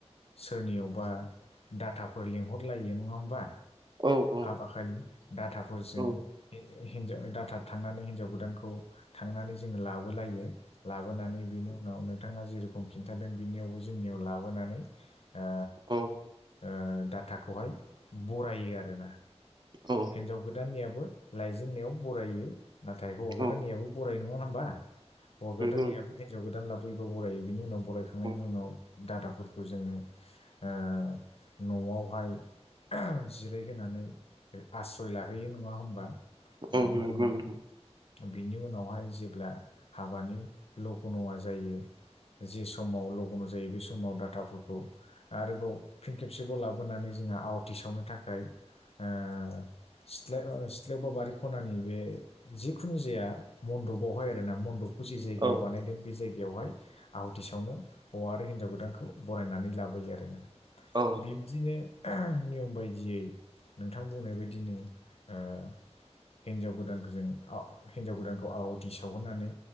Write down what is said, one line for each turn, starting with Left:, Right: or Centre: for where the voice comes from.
Left: सोरनियावबा डाटाफोर लेंंहरलायो नङा होमबा
Right: औ औ
Left: हाबााखलि डाटाफोरजो
Right: औ
Left: हिनं हिनजाव दाथा थांनानै हिन्जाव गोदानखौ थांनानै जोङो लाबोलायो। लाबोनानै बिनि उनाव नोंथाङा जेरोखम खिन्थादों बिनियावबो जोंनियाव लाबोनानै ओ
Right: औ
Left: ओ डाटाखौहाय बरायो आरोना
Right: औ
Left: हिनजाव गोदाननियाबो लायजेनन्नायाव बरायो नाथाय हौवा
Right: औ नंगौ
Left: गोदाननियाबो बराय नङा नङा होनोमबा हौवा गोदान
Right: नोंथां
Left: नैयाबो हिनजाव गोदान लाबोयोबा बरायो बिनि उनाव बरायखांनायनि
Right: औ
Left: उनाव दादाफोरखौ जोङो ओ न'आवहाय जिरायहानै आस्रय लाहैयो नङा होमबा
Right: औ
Left: बिनि
Right: नोंगौ
Left: उनाव
Right: नोंथां
Left: बिनि उनावहाय जेब्ला हाबानि लग' नङा जायो। जे समाव लगन' जायो बे समाव डाटाफोरखौ आरोबाव फिन खेबसेबाव लाबोनानै जोंङो आवाथि सावनो थाखाय ओ
Right: <unintelligible>
Left: सिथला ओ सिथ्लायावबा बारि खनानि बे जिखुनु जाया मन्दपावहाय आरोना मन्दप खुसि जायगायाव
Right: औ
Left: बानायदों बे जायग बेवहाय आहुथिसावनो हौवा आरो हिन्जाव गोदानखौ बरायनानै लाबोयो आरोना
Right: औ
Left: बिब्दिनो नियम बायदियै नोंथां बुंनाय बायदिनो ओ हिनजाव गोदानखौ जों अ हिनजाव गोदानखौ औ आवाथि सावहोनानै